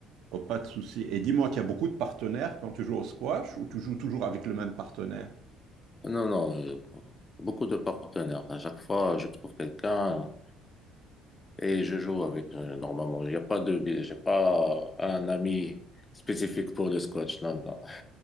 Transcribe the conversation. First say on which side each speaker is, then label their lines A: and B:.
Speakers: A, on the right; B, on the left.
A: Oh, pas de souci. Et dis-moi, tu as beaucoup de partenaires quand tu joues au squash ou tu joues toujours avec le même partenaire?
B: Non, non. euh, beaucoup de partenaires. À chaque fois, je trouve quelqu'un et je joue avec euh, normalement. Il n'y a pas de. J'ai pas un ami spécifique pour le squash. Non, non.